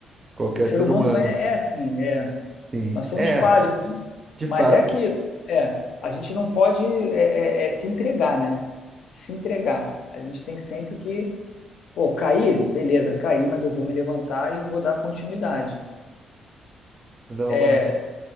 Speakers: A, on the right; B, on the left.
A: Qualquer
B: o ser
A: ser
B: humano
A: humano.
B: é, é assim, é.
A: Sim.
B: Nós somos
A: É,
B: falhos.
A: de fato.
B: Mas é aquilo, é, a gente não pode é, é, é, se entregar, né? Se entregar. A gente tem sempre que, pô, cair, beleza, cair, mas eu vou me levantar e eu vou dar continuidade.
A: Não,
B: É
A: mas